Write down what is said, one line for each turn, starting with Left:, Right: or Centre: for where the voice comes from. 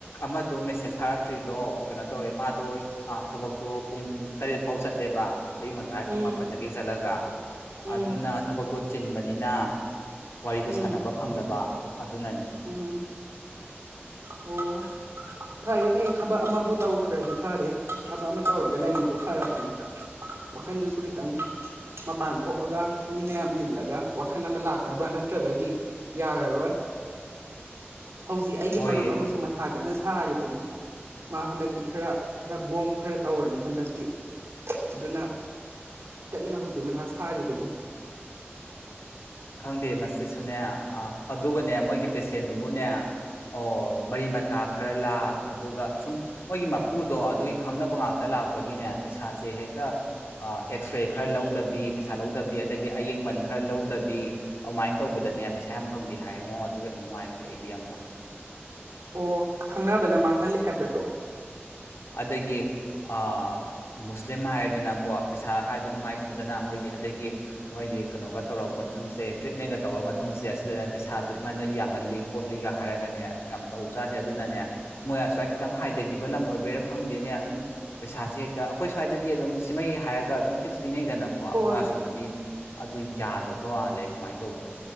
Left: ꯑꯃꯗꯣ ꯃꯦꯁꯦꯁ ꯊꯥꯔꯛꯇ꯭ꯔꯤꯗꯣ ꯀꯩꯅꯣ ꯇꯧꯋꯦ ꯃꯥꯗꯣ ꯑ ꯊꯕꯛꯇꯣ ꯄꯨꯡ ꯇꯔꯦꯠ ꯐꯥꯎ ꯆꯠꯂꯦꯕ ꯑꯌꯨꯛ ꯉꯟꯥꯏ
Right: ꯎꯝ
Left: ꯄꯨꯡ ꯃꯥꯄꯟꯗꯒꯤ ꯆꯠꯂꯒ
Right: ꯎꯝ
Left: ꯑꯗꯨꯅ ꯊꯕꯛꯇꯣ ꯆꯤꯟꯕꯅꯤꯅ ꯋꯥꯔꯤꯗꯣ
Right: ꯎꯝ
Left: ꯁꯥꯟꯅꯕ ꯐꯪꯗꯕ ꯑꯗꯨꯅꯅꯤ
Right: ꯎꯝ ꯑꯣ ꯐꯔꯦ ꯐꯩ ꯊꯕꯛ ꯑꯃꯕꯨ ꯇꯧꯈ꯭ꯔꯗꯤ ꯐꯔꯦ ꯊꯕꯛ ꯑꯃ ꯇꯧꯔꯒ ꯂꯩꯔꯤꯗꯣ ꯐꯔꯕꯅꯦ ꯋꯥꯈꯟꯗꯨꯁꯨ ꯈꯤꯇꯪ ꯃꯄꯥꯟ ꯊꯣꯛꯑꯒ ꯃꯤ ꯃꯌꯥꯝ ꯇꯤꯜꯂꯒ ꯋꯥꯈꯜ ꯑꯃ ꯂꯥꯛꯅꯕ ꯅꯠꯇ꯭ꯔꯒꯗꯤ ꯌꯥꯔꯔꯣꯏ ꯍꯧꯖꯤꯛ ꯑꯩꯒꯤ
Left: ꯍꯣꯏꯌꯦ
Right: ꯃꯔꯨꯞ ꯑꯃꯁꯨ ꯃꯊꯥ ꯀꯠꯅ ꯁꯥꯔꯤꯕ ꯃꯥ ꯍꯟꯗꯛꯇꯤ ꯈꯔ ꯈꯔ ꯕꯣꯝ ꯈꯔ ꯇꯧꯔꯅꯤ ꯍꯟꯗꯛꯇꯤ ꯑꯗꯨꯅ ꯀꯟꯅ ꯍꯧꯖꯤꯛ ꯃꯊꯥ ꯁꯥꯔꯤꯕꯅꯤ
Left: ꯈꯪꯗꯦ ꯃꯁꯤꯁꯨꯅꯦ ꯑ ꯑꯗꯨꯒꯅꯦ ꯃꯣꯏꯒꯤ ꯄꯦꯁꯦꯟꯗꯨꯕꯨꯅꯦ ꯑꯣ ꯃꯔꯤ ꯃꯇꯥ ꯈꯔ ꯂꯥꯛ ꯑꯗꯨꯒ ꯁꯨꯝ ꯃꯣꯏꯒꯤ ꯃꯄꯨꯗꯣ ꯑꯗꯨꯒꯤ ꯈꯪꯅꯕ ꯉꯥꯛꯇ ꯂꯥꯛꯄꯒꯤꯅꯦ ꯄꯩꯁꯥꯁꯦ ꯍꯦꯛꯇ ꯑꯦꯛꯁꯔꯦ ꯈꯔ ꯂꯧꯗꯕꯤ ꯄꯩꯁꯥ ꯂꯧꯗꯕꯤ ꯑꯗꯒꯤ ꯑꯌꯦꯡꯃꯟ ꯈꯔ ꯂꯧꯗꯕꯤ ꯑꯗꯨꯃꯥꯏꯅ ꯇꯧꯕꯗꯅꯦ ꯄꯩꯁꯥ ꯌꯥꯝ ꯐꯪꯗꯦ ꯍꯥꯏ ꯌꯦꯡꯉꯣ ꯑꯗꯨ ꯌꯥꯝ ꯅꯨꯡꯉꯥꯏꯇꯦ ꯑꯩꯗꯤ ꯌꯥꯝꯅ
Right: ꯑꯣ ꯈꯪꯅꯕꯅ ꯃꯥꯡꯍꯜꯂꯦ ꯍꯥꯏꯕꯗꯣ
Left: ꯑꯗꯒꯤ ꯑ ꯃꯨꯁꯂꯤꯝ ꯍꯥꯏꯔꯗꯅꯀꯣ ꯄꯩꯁꯥ ꯍꯥꯏꯕ ꯅꯨꯡꯉꯥꯏꯇꯗꯅ ꯃꯣꯏꯗꯤ ꯑꯗꯒꯤ ꯃꯣꯏꯒꯤ ꯀꯩꯅꯣꯒ ꯇꯧꯔꯕ ꯃꯇꯨꯡꯁꯦ ꯇ꯭ꯔꯤꯠꯃꯦꯟꯒ ꯇꯧꯔ ꯃꯇꯨꯡꯁꯦ ꯑꯁꯤꯗ ꯄꯩꯁꯥꯗꯣ ꯏꯃꯥ ꯅꯣꯏꯗꯣ ꯌꯥꯝꯃꯜꯂꯤ ꯈꯣꯠꯂꯤꯒ ꯍꯥꯏꯔꯒꯅꯦ ꯌꯥꯝ ꯇꯧꯖꯥꯅꯦ ꯑꯗꯨꯅꯅꯦ ꯃꯣꯏ ꯑꯁ꯭ꯋꯥꯏ ꯈꯤꯇꯪ ꯍꯥꯏꯊꯈꯤꯕ ꯂꯝ ꯑꯣꯏꯕꯩꯔ ꯈꯪꯗꯦꯅꯦ ꯑꯗꯨꯝ ꯄꯩꯁꯥꯁꯦ ꯍꯦꯛꯇ ꯑꯩꯈꯣꯏ ꯁ꯭ꯋꯥꯏꯗꯗꯤ ꯑꯗꯨꯝ ꯁꯤꯃꯩ ꯍꯥꯏꯔꯒ ꯑꯗꯨꯝ ꯐꯤꯛꯁ ꯄꯤꯅꯩꯗꯅꯀꯣ
Right: ꯍꯣꯏ
Left: ꯃꯣꯏ ꯑꯁꯣꯝꯗꯗꯤ ꯑꯗꯨ ꯌꯥꯗꯕ ꯃꯥꯜꯂꯦ ꯀꯃꯥꯏꯅ ꯇꯧꯕꯅꯣ